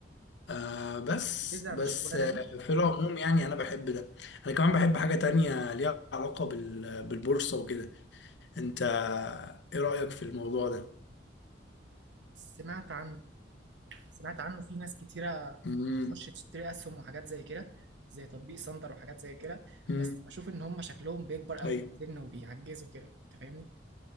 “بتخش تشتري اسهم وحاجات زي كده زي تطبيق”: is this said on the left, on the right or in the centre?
Right